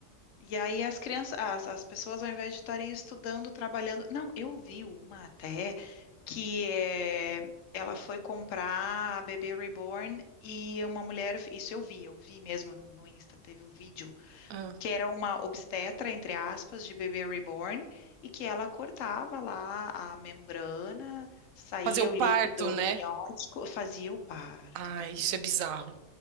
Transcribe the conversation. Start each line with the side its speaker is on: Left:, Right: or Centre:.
Left: E aí as crianças, as, as pessoas, ao invés de estarem estudando, trabalhando. Não, eu vi uma até que é, ela foi comprar a bebê reborn e uma mulher. Isso eu vi, eu vi mesmo no, no Insta, teve o vídeo,
Right: Ah,
Left: que era uma obstetra, entre aspas, de bebê reborn, e que ela cortava lá a membrana, saía
Right: fazer o parto,
Left: o líquido
Right: né?
Left: amniótico, fazia o parto
Right: Ah,
Left: da
Right: isso
Left: bebê
Right: é bizarro.
Left: reborn.